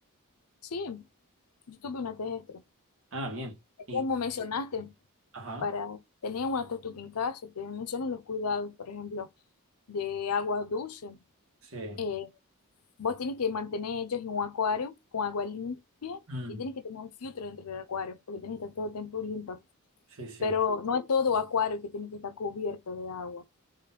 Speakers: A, on the left (about 80°); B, on the right (about 65°).
A: Sí, yo tuve una terrestre.
B: Ah, bien. Y,
A: Como mencionaste,
B: ajá,
A: para tener una tortuga en casa, te menciono los cuidados, por ejemplo, de agua dulce.
B: sí.
A: Eh, vos tienes que mantener ellos en un acuario con agua limpia
B: Mm,
A: y tienes que tener un filtro dentro del acuario porque tienes que estar todo el tiempo limpio.
B: sí, sí,
A: Pero no es todo acuario que tiene que estar cubierto de agua.